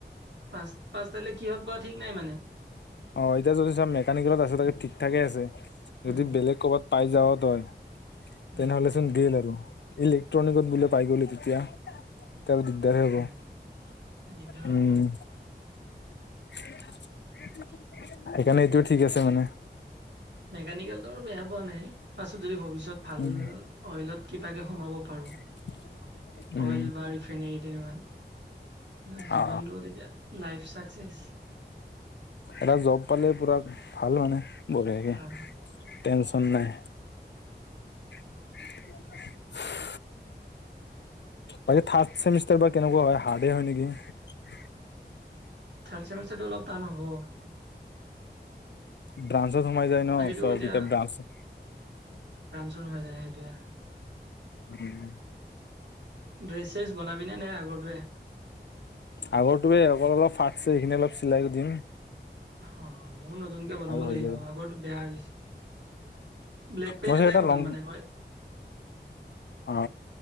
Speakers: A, on the right; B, on the left.
A: পাঁচ পাঁচটালৈ কি হওক বা ঠিক নাই মানে।
B: অ এতিয়া যদি চব মেকানিকেলত আছে তাকে ঠিক ঠাকে আছে যদি
A: উম
B: বেলেগ ক'বাত পাই যাৱ তই তেনেহ'লেচোন
A: উম
B: গেল আৰু। ইলেক্ট্ৰনিকত বোলে পাই গ'লি তেতিয়া। তেতিয়া হলে দিগদাৰ হব
A: উম দিগদাৰ
B: উম।
A: হ'ব
B: সেইকাৰণে এইটো ঠিক আছে মানে।
A: মেকানিকেলটোৰ বেয়া পোৱা নাই পাছত যদি ভৱিষ্যত ভাল
B: উম
A: অইলত কিবাকে সোমাব পাৰো।
B: <unintelligible> উম
A: অইল বা ইৰিফেনে। নে জীৱনটোত
B: অ
A: এতিয়া লাইফ চাকচেচ।
B: এটা জব পালে পুৰা ভাল মানে বঢ়াকে
A: ভাল
B: টেনচন নাই। <unintelligible> বাকী থাৰ্ড চেমিষ্টাৰ বা কেনেকুৱা হয় হাৰ্ডে হয় নেকি।
A: থাৰ চমিচাৰটো অলপ টান হ'ব।
B: ব্ৰানঞ্চত সোমাই যায় ন
A: বাকীতো
B: চবকিতাপ
A: এতিয়া
B: ব্ৰাঞ্চ।
A: ম হৈ যায় সেইটোৱে।
B: উম।
A: ড্ৰেছেছ বনাবিনে নে আগৰটোৱে।
B: আগৰ তো বে অকল অলপ ফাটছে সখিনি অলপ চিলাই দিম।
A: অ মোৰ নতুনকে বনাব
B: আৰু হৈ
A: লাগিব
B: যাব
A: আগতে বেয়া হৈ গৈছে। ব্লেক পেন
B: মই চাগে
A: এটাই
B: এটা
A: বনাম
B: লং
A: মানে মই।
B: অ